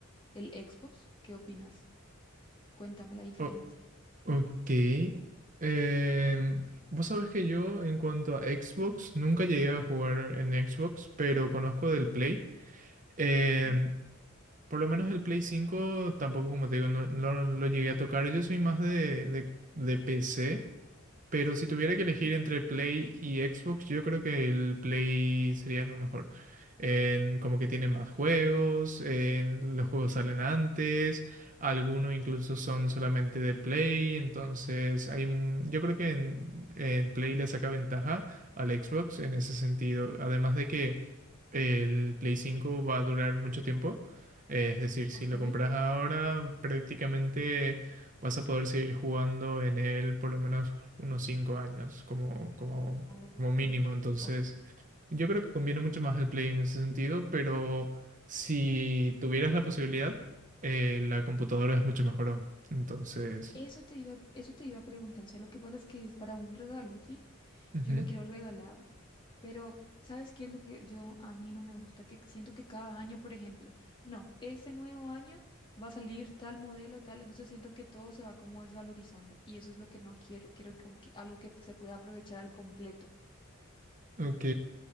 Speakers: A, on the left; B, on the right.
A: el Xbox? ¿Qué opinas? Cuéntame la diferencia.
B: O- ok. Em, vos sabés que yo en cuanto a Xbox, nunca llegué a jugar en Xbox, pero conozco del Play. Em,
A: Ujú.
B: por lo menos el Play 5 tampoco, como te digo, no, no lo llegué a tocar. Yo soy más de, de, de PC. Pero si tuviera que
A: Ok,
B: elegir entre Play y Xbox, yo creo que el Play sería lo mejor. En, como que tiene más juegos, en, los juegos salen antes, algunos incluso son solamente de Play, entonces hay, un- yo creo que en, en Play le saca ventaja al Xbox en ese sentido. Además de que el Play 5 va a durar mucho tiempo, eh, es decir, si
A: ok.
B: lo compras ahora, prácticamente vas a poder seguir jugando en él por lo menos unos cinco años como, como,
A: Oh,
B: como mínimo. Entonces,
A: ok.
B: yo creo que conviene mucho más el Play en ese sentido, pero si tuvieras la posibilidad, eh, la computadora es mucho mejor aún. Entonces,
A: Eso te iba, eso te iba a preguntar. O sea, lo que pasa es que es para un regalo, ¿sí?
B: ujú,
A: Yo lo quiero regalar, pero ¿sabes qué es lo que yo a mí no me gusta? Que siento que cada año, por ejemplo, no, este nuevo año va a salir tal modelo, tal, entonces siento que todo se va como desvalorizando y eso es lo que no quiero. Quiero como que algo que se pueda aprovechar al completo.
B: ok.